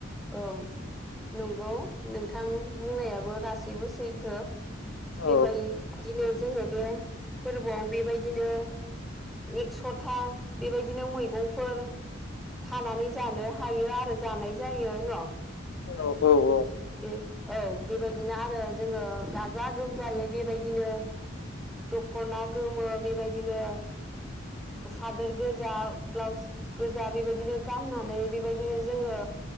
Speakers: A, in the centre; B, on the left.
A: औ नंगौ नोंथां बुंनायाबो गासैबो सैथो।
B: औ
A: बेबाय दिनो जोङो बे फोरबोआव बेबायदिनो एकस'था बेबायदिनो मैगंफोर खानानै जानो हायो आरो जानाय जायो न' औ
B: औ औ
A: दे। औ बेबायदिनो आरो जोङो गाजा गोमजायै बेबायदिनो दख'ना गोमो बेबायदिनो सादोर गोजा ब्लाउस गोजा बेबायदिनो गाननानै बेबायदिनो जोङो